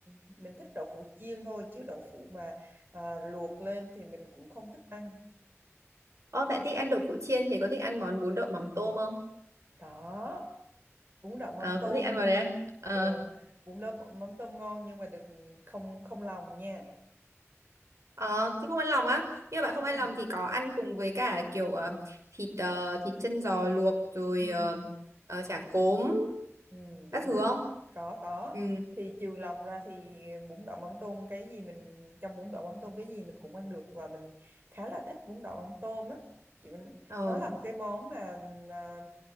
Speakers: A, on the right; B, on the right.
A: mình thích đậu phụ chiên thôi chứ đậu phụ mà ờ, luộc lên thì mình cũng không thích ăn
B: ờ bạn thích ăn đậu phụ chiên thì có thích ăn món bún đậu mắm tôm không
A: có bún đậu mắm
B: à,
A: tôm
B: cũng thích ăn vào
A: nhưng
B: đấy à? Ờ.
A: ờ, bún đậu mắm tôm ngon nhưng mà đừng không không lòng nha
B: Ờ, thế không ăn lòng á nhưng mà bạn không ăn
A: không
B: lòng thì có ăn cùng với cả kiểu ờ, thịt ờ, thịt chân giò luộc rồi
A: ừ
B: ờ, ờ, chả cốm
A: Ừ, đúng
B: các thứ
A: đúng
B: không
A: có có
B: ừ
A: thì trừ lòng ra thì bún đậu mắm tôm cái gì mình trong bún đậu mắm tôm cái gì mình cũng ăn được và mình khá là thích bún đậu mắm tôm á chị mình
B: ờ
A: nó là một cái món mà à,